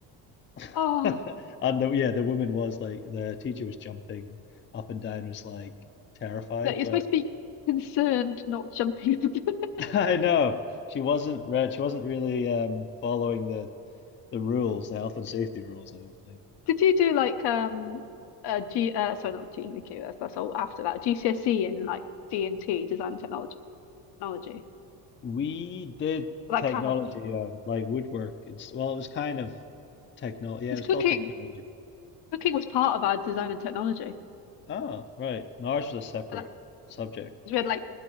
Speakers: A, on the left; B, on the left.
A: <laughs>
B: oh,
A: And the, yeah, the woman was like, the teacher was jumping up and down, was like terrified,
B: that you're
A: but
B: supposed to be concerned, not jumping." <laughs>
A: <laughs> I know she wasn't re she wasn't really um, following the the rules, the health and safety rules, I don't think.
B: Did you do like um uh G uh sorry not GMQ that's that's all after that GCSE in like D and T design and technology technology
A: We did
B: that
A: technology,
B: kind of
A: uh, like woodwork and s- well, it was kind of technology. Yeah,
B: it's
A: it was
B: cooking
A: called technology.
B: Cooking was part of our design and technology.
A: Oh, right. No, ours was a separate
B: And that,
A: subject.
B: 'cause we had like